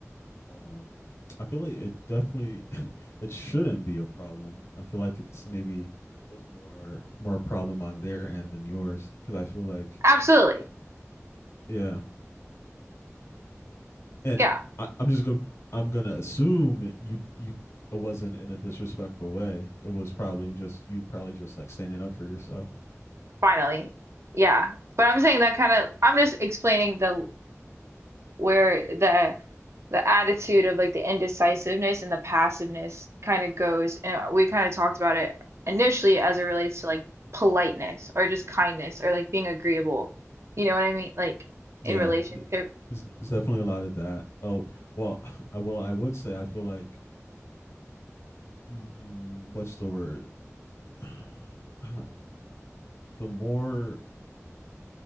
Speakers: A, on the left; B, on the right.
A: Um, I feel like it definitely <laughs> it shouldn't be a problem. I feel like it's maybe was more more a problem on their end than yours because I feel like
B: Absolutely.
A: yeah, and
B: Yeah,
A: I, I'm just going. I'm gonna assume you you it wasn't in a disrespectful way. It was probably just you probably just like standing up for yourself.
B: finally. Yeah. But I'm saying that kind of, I'm just explaining the where the the attitude of like the indecisiveness and the passiveness kind of goes and we kind of talked about it initially as it relates to like politeness or just kindness or like being agreeable you know what i mean like
A: Yeah,
B: in relationship
A: th- it's, it's definitely a lot of that. Oh, well, <sighs> I well I would say I feel like mm, what's the word? <sighs> I the more